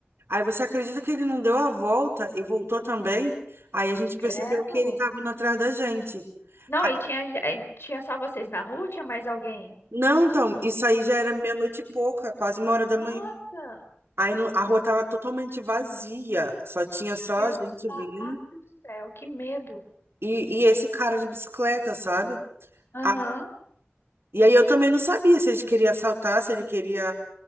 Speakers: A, on the right; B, on the left.
A: Aí você acredita que ele não deu a volta e voltou também? Aí a gente percebeu
B: Credo.
A: que ele estava indo atrás da gente.
B: Não,
A: Aí-
B: e tinha, ge- e tinha só vocês na rua? Tinha mais alguém?
A: Não, então, isso aí já era meia-noite e pouca, quase uma hora da
B: Nossa,
A: manhã. Aí não- a rua tava totalmente vazia, só tinha só
B: meu
A: a gente
B: pai
A: vindo.
B: do céu, que medo.
A: E, e esse cara de bicicleta, sabe?
B: Aham.
A: Ah, E aí eu também não sabia se ele queria assaltar, se ele queria,